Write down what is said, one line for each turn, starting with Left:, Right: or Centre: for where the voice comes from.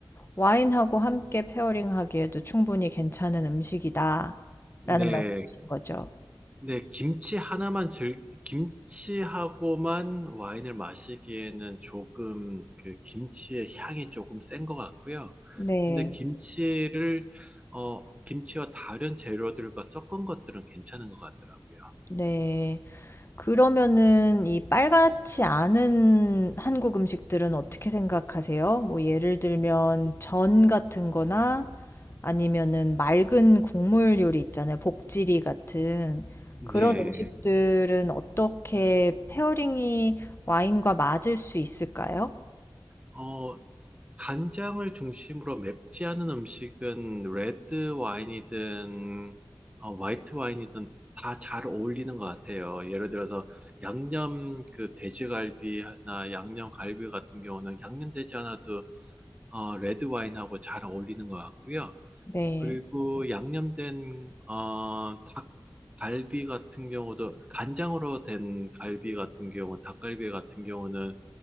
Left: 와인하고 함께 페어링하기에도 충분히 괜찮은 음식이다.
Right: 네,
Left: 라는 음. 말씀이신 거죠.
Right: 네, 김치 하나만 즐, 김치하고만 와인을 마시기에는 조금 그 김치의 향이 조금 센 것 같고요.
Left: 네.
Right: 근데 김치를, 어, 김치와 다른 재료들과 섞은 것들은 괜찮은 것 같더라고요.
Left: 네. 그러면은 이 빨갛지 않은 한국 음식들은 어떻게 생각하세요? 뭐 예를 들면 전 같은 거나 아니면은 맑은 국물 요리 있잖아요. 복지리 같은
Right: 네.
Left: 그런 음. 음식들은 어떻게 페어링이 와인과 맞을 수 있을까요?
Right: 어, 간장을 중심으로 맵지 않은 음식은 레드 와인이든 어, 화이트 와인이든 다 잘 어울리는 것 같아요. 예를 들어서 양념 그 돼지갈비나 양념 갈비 같은 경우는 양념되지 않아도 어, 레드 와인하고 잘 어울리는 것 같고요.
Left: 네.
Right: 그리고 양념된 어, 닭갈비 같은 경우도 간장으로 된 갈비 같은 경우, 닭갈비 같은 경우는